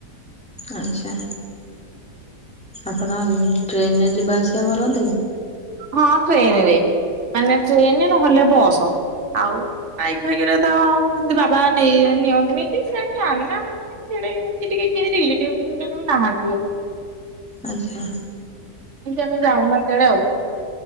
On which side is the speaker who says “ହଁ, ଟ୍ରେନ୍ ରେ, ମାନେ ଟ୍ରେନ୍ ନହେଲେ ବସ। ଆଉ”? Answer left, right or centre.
Right